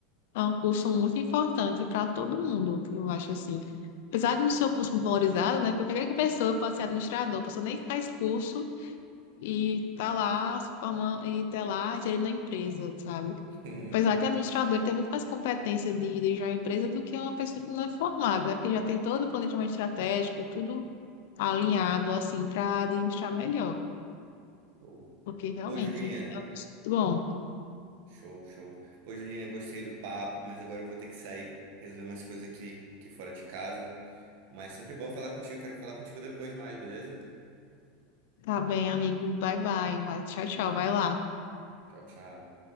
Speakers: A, on the left; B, on the right.
A: É um curso muito importante para todo mundo, eu acho assim. Apesar de não ser um curso muito valorizado, né, porque qualquer pessoa pode ser administrador, a pessoa nem faz curso e tá lá, se forma- e tá lá gerindo a empresa, sabe?
B: <laughs> Hum,
A: Apesar de administrador ter muito mais competência de dirigir uma empresa do que uma pessoa que não é formada, né? Porque já tem todo o planejamento estratégico, tudo alinhado assim para administrar melhor,
B: Show.
A: porque realmente
B: Pô, Julinha.
A: é um curso muito bom.
B: Show, show. Pô, Julinha, gostei do papo, mas agora eu vou ter que sair resolver umas coisas aqui, aqui fora de casa. Mas sempre bom falar contigo. Quero falar contigo depois mais, beleza?
A: Tá bem, amigo. Bye bye. Vai, tchau, tchau. Vai lá.
B: Tchau, tchau.